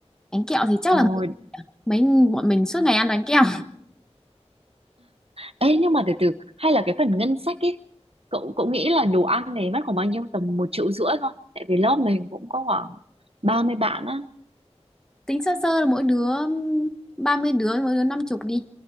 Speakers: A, in the centre; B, on the right (about 60°).
A: Bánh kẹo thì chắc
B: rồi
A: là mấy bọn mình suốt ngày ăn bánh kẹo.
B: ê nhưng mà từ từ hay là cái phần ngân sách ấy cậu cậu nghĩ là đồ ăn này mất khoảng bao nhiêu tầm một triệu rưỡi thôi tại vì lớp mình cũng có khoảng 30 bạn á
A: tính sơ sơ là mỗi đứa 30 đứa mỗi đứa năm chục đi